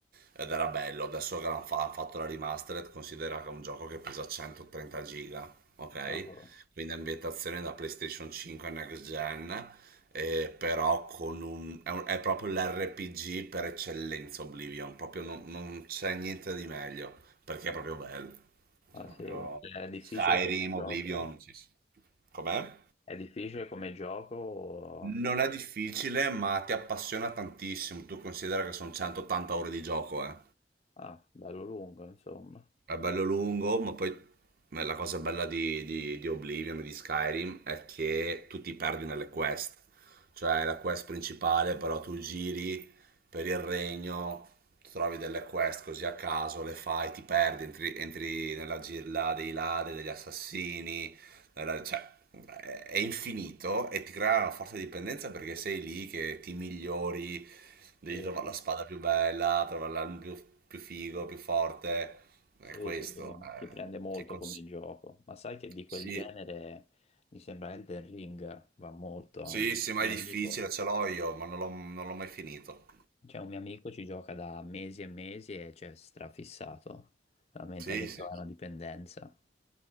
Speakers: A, on the right (about 55°); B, on the left (about 35°).
A: Ed era bello. Adesso che hanno fa- hanno fatto la remastered, considera che è un gioco che pesa 130 giga, ok?
B: Cavolo.
A: Quindi è ambientazione da PlayStation 5 e Next Gen, eh, però con un, è, un- è proprio l'RPG per eccellenza Oblivion, proprio non non c'è niente di meglio, perché è proprio bello.
B: Ah,
A: Cioè, proprio
B: sì. È difficile
A: Skyrim,
B: come
A: Oblivion,
B: gioco?
A: sì, sì. Com'è?
B: È difficile come gioco?
A: Non è difficile, ma ti appassiona tantissimo. Tu considera che sono 180 ore di gioco, eh.
B: Ah, bello lungo, insomma.
A: È bello lungo, ma poi ma la cosa bella di, di- di Oblivion e di Skyrim è che tu ti perdi nelle quest. Cioè, la quest principale, però tu giri per il regno, trovi delle quest così a caso, le fai, ti perdi, entri, entri nella gilla dei ladri, degli assassini, nella- cioè, è è infinito e ti crea una forte dipendenza perché sei lì che ti migliori, devi
B: Sì.
A: trovare la spada più bella, trovare l'arma più, più figo, più forte. È
B: Sì,
A: questo,
B: ti,
A: eh,
B: ti prende molto
A: ti cons-
B: come gioco, ma sai che di
A: sì,
B: quel genere mi sembra Elden Ring va molto.
A: sì,
B: Un
A: sì, ma
B: mio
A: è difficile,
B: amico,
A: ce l'ho io, ma non l'ho non l'ho mai finito.
B: cioè un mio amico ci gioca da mesi e mesi e c'è strafissato. Veramente
A: Sì,
B: ha detto
A: sì,
B: "Ah, è una dipendenza.